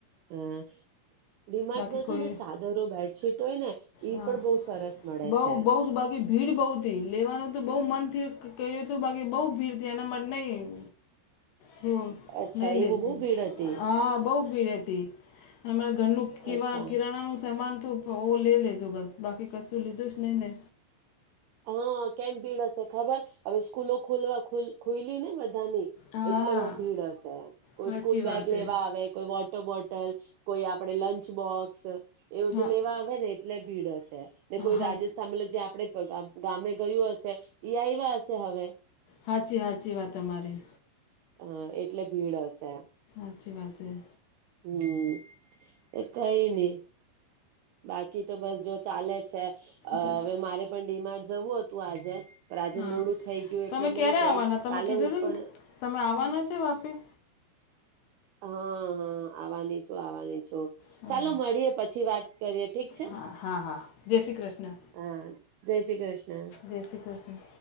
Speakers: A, on the right; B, on the left.
A: હા. ડી માર્ટ
B: બાકી
A: માં છે
B: કોઈ
A: ને ચાદરો બેડશીટ હોય ને એ
B: હા
A: પણ બહુ સરસ મળે
B: બહુ
A: છે.
B: બહુ જ, બાકી ભીડ બહુ હતી લેવાનું તો બહુ મન થયું કે ક્યું હતું બાકી બઉ ભીડ થી એના માટે નહી લિ હ
A: અચ્છા
B: નઈ લેજ
A: એવું બહુ ભીડ હતી
B: હા બઉ ભીડ હતી. એમ ઘરનું કીવા
A: અચ્છા
B: કિરાણાનું સમાન તો ભો ઓ લે લેજો બસ બાકી કશું લીધું જ નહી ને.
A: હા કેમ ભીડ હશે ખબર હવે સ્કૂલના ખુલવા ખુ ખુલ્લી ને વા ત્યાં ની
B: હા
A: એટલે ભીડ હશે કોઈ
B: સાચી
A: સ્કૂલ બેગ
B: વાત
A: લેવા
B: હે
A: આવે કોઈ વોટર બોટ હોટલ કોઈ આપડે લંચ બોક્સ એ બધું
B: હા
A: લેવા આવે ને એટલે ભીડ હશે ને કોઈ
B: હા
A: રાજસ્થાનલે જે આપણે પ્રોગ્રામ ગામે ગયું હશે ઈ આયવા હશે હવે
B: હાચી હાચી વાત તમારી
A: હા એટલે ભીડ હશે.
B: સાચી વાત કહી.
A: હમમ એ કઈ ની બાકી તો બસ જો ચાલે છે અ
B: જા
A: હવે મારે પણ ડી માર્ટ જવું હતું આજે પણ આજે
B: હા
A: મોડું થઈ ગયું એટલે
B: તમે
A: નય
B: ક્યારે
A: ગઈ
B: આવવાના તમે
A: કાલે
B: કીધું
A: હું
B: હતું
A: પણ
B: ને તમે આવવાના છે વાપી?
A: હા હા આવવાની છું આવવાની છું.
B: સારું.
A: ચાલો મળીએે પછી વાત કરીએ ઠીક છે
B: હા હા હા જય શ્રી કૃષ્ણ
A: હા જય શ્રી કૃષ્ણ.
B: જય શ્રી કૃષ્ણ